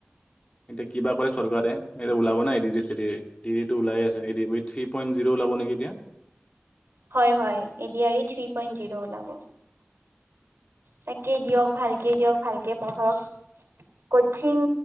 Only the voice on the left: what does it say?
এতিয়া কিবা কৰে চৰকাৰে এতিয়া ওলাব নাই ওলাই আছে থ্ৰী পইট জিৰ' ওলাব নাই তিয়া